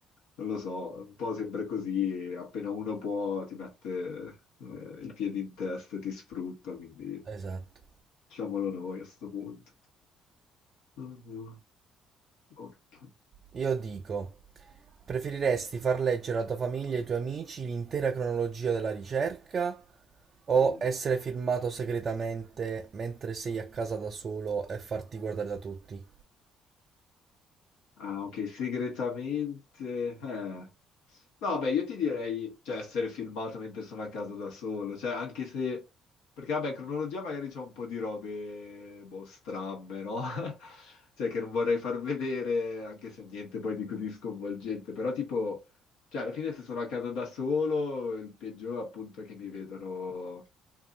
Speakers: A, on the left (about 75°); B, on the right (about 50°).
A: non lo so, un po' sempre così, e appena uno può ti mette eh, i piedi in testa e ti sfrutta, quindi
B: esatto.
A: diciamolo noi a sto punto. Mm, ok.
B: Io dico, preferiresti far leggere alla tua famiglia e ai tuoi amici l'intera cronologia della ricerca o
A: Mm.
B: essere firmato segretamente mentre sei a casa da solo e farti guardare da tutti?
A: Ah, ok, segretamente... Eh. No, beh, io ti direi, cioè, essere filmato mentre sono a casa da solo, cioè, anche se... Perché, vabbè, cronologia magari c'è un po' di robe, boh, strambe, no? <laughs> Cioè, che non vorrei far vedere, anche se niente poi di così sconvolgente, però tipo... Cioè, alla fine se sono a casa da solo, il peggiore appunto è che mi vedono